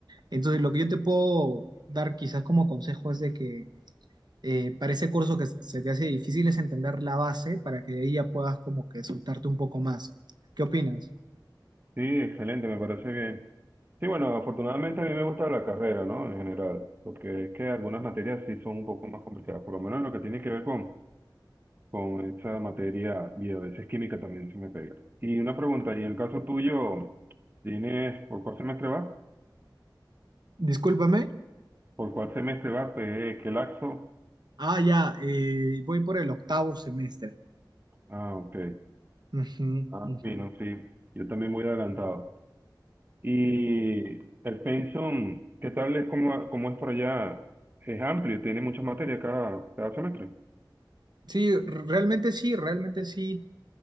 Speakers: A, on the right; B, on the right.
A: Entonces, lo que yo te puedo dar quizás como consejo es de que eh, para ese curso que se te hace difícil es entender la base para que de ahí ya puedas como que soltarte un poco más. ¿Qué opinas?
B: Sí, excelente, me parece bien. Sí, bueno, afortunadamente a mí me gusta la carrera, ¿no? En general, porque es que algunas materias sí son un poco más complicadas, por lo menos lo que tiene que ver con, con esa materia y a veces química también se me pega. Y una pregunta, ¿y en el caso tuyo, tienes, por cuál semestre vas?
A: Discúlpame.
B: ¿Por cuál semestre vas? ¿Qué, qué laxo?
A: Ah, ya, eh, voy por el octavo semestre.
B: Ah, ok.
A: Ujú,
B: Ah,
A: ujú.
B: bueno, sí. Yo también voy adelantado. Y el pensum, ¿qué tal es cómo, cómo es por allá? Es amplio, tiene muchas materias cada, cada semestre.
A: Sí, realmente sí, realmente sí.